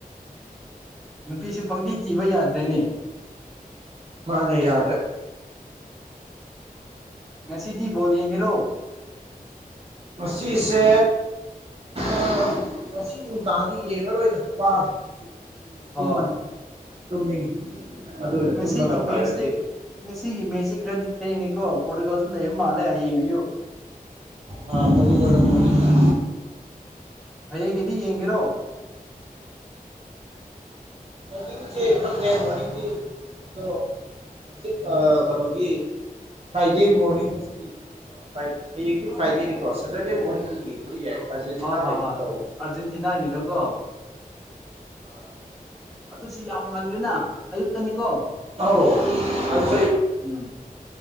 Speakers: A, in the centre; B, on the right.
A: ꯅꯨꯄꯤꯁꯦ ꯄꯪꯊꯤ ꯊꯤꯕ ꯌꯥꯗ꯭ꯔꯦꯅꯦ
B: ꯃꯥꯅꯦ ꯌꯥꯗ꯭ꯔꯦ
A: ꯉꯁꯤꯗꯤꯕꯣꯜ ꯌꯦꯡꯒꯦꯔꯣ
B: ꯉꯁꯤꯁꯦ ꯑꯥ ꯉꯁꯤ ꯅꯨꯡꯗꯥꯡꯗꯤ ꯌꯦꯡꯉꯔꯣꯏꯗ ꯋꯥꯔꯦ ꯉꯁꯤꯗꯤ ꯉꯁꯤꯗꯤ
A: ꯍꯣꯏ
B: ꯇꯨꯝꯃꯅꯤ ꯌꯥꯝ ꯇꯨꯝꯅꯤꯡꯉꯤ ꯑꯗꯨꯅ
A: ꯉꯁꯤꯒꯤ
B: ꯇꯨꯝꯕꯅ ꯐꯔꯦ
A: ꯃꯦꯠꯁꯁꯦ
B: ꯉꯁꯤꯗꯤ
A: ꯉꯁꯤꯒꯤ ꯃꯦꯠꯁ‌ꯦ ꯈꯔꯗꯤ ꯊꯦꯡꯉꯦꯀꯣ ꯄꯣꯔꯇꯨꯒꯥꯜꯁꯨ ꯂꯩꯕ ꯃꯥꯜꯂꯦ ꯍꯌꯦꯡ ꯑꯌꯨꯛ
B: ꯑꯥ ꯄꯣꯔꯇꯨꯒꯥꯜꯁꯨ ꯅꯪ ꯃ‌ꯣꯔꯅꯤꯡꯗ
A: ꯍꯌꯦꯡꯒꯤꯗꯤ ꯌꯦꯡꯒꯦꯔꯣ
B: ꯃꯣꯔꯅꯤꯡꯁꯦꯈꯅꯦ ꯃꯣꯔꯅꯤꯡꯡꯒꯤ ꯑꯣ ꯍꯪꯆꯤꯠ ꯀꯩꯅꯣꯒꯤ ꯐ꯭ꯔꯥꯏꯗꯦ ꯃꯣꯔꯅꯤꯡꯁꯤꯗꯤ ꯐ꯭ꯔꯥꯏꯗꯦ ꯍꯌꯦꯡꯗꯤ ꯐ꯭ꯔꯥꯏꯗꯦꯅꯤꯀꯣ ꯁꯇꯔꯗꯦ ꯃꯣꯔꯅꯤꯡꯗꯤ ꯌꯦꯡꯕꯗꯤ ꯌꯥꯏ ꯑꯥꯔꯖꯦꯟꯇꯤꯅꯥ
A: ꯑ ꯍꯣꯏ
B: ꯂꯩꯒꯨꯝ
A: ꯍꯣꯏ
B: ꯇꯧꯕꯅꯤ
A: ꯑꯥꯔꯖꯦꯟꯇꯤꯅꯥꯒꯤꯗꯀꯣ
B: ꯑꯥ
A: ꯑꯗꯨꯁꯨ ꯌꯥꯝ ꯉꯜꯂꯤꯦꯅ ꯑꯌꯨꯛꯇꯅꯤꯀꯣ
B: ꯑꯧ ꯑꯗꯨ
A: ꯎꯝ